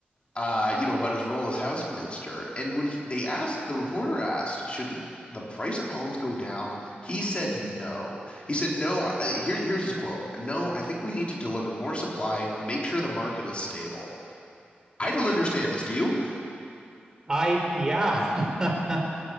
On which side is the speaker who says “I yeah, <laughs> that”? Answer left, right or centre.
Right